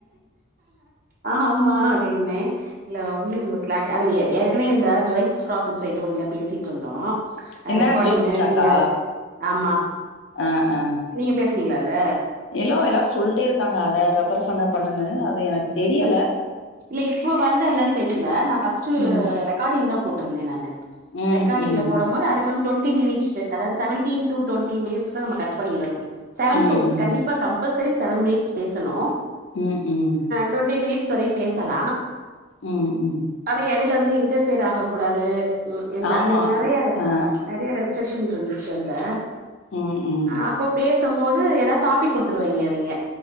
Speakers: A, on the right; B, on the left.
A: ஆமா அப்டின்னே இல்ல <unintelligible> லா அவிங்க ஏற்கனவே இந்த ஜாய்ஸ் ஸ்ட்ராக்குன் சொல்லிட்டு ஒன்னுல பேசிட்டு இருந்தோ
B: என்ன
A: ரெக்கார்டிங்கு
B: ஜோஸ் ஸ்டாக்கா
A: டி ஆரு ஆமா
B: ஆ ஆ
A: நீங்க பேசுனீங்களால அதுல
B: எல்லோ எல்லாரு சொல்ட்டே இருக்காங்க அதை ரெஃபர் பண்ணு பண்ணுனு அது எனக்கு தெரியல
A: இல்ல இப்ப வருதா என்னன்னு தெரில நா ஃபஸ்ட்டு
B: ம்
A: ரெக்கார்டிங் தா போட்ருந்தே நானு
B: ம்
A: ரெக்கார்டிங்ல
B: ம்
A: போடுபோது அதுக்கு வந்து டொன்டி மினிட்ஷ் அதாது செவன்டின் டூ டொன்டி மினிட்ஸ்க்கு நம்ம கட் பண்ணிரணு செவன்
B: ம்
A: டூஷ்
B: ம்
A: கண்டிப்பா கம்பல்சரி செவன் மினிட்ஸ் பேசணு
B: ம்ம்
A: டொன்டி மினிட்ஸ் வரையு பேசலா
B: ம்ம்
A: ஆனா எடையில வந்து இன்டர்ஃபியர் ஆகக் கூடாது
B: ஆமா
A: அது நெறைய
B: ஆ
A: நெறைய ரெஸ் செக்ஷன் இருந்துச்சு அதுல
B: ம் ம்
A: அப் ப பேசுமோது எதா டாபிக் குடுத்துருவாய்ங்க அவிங்க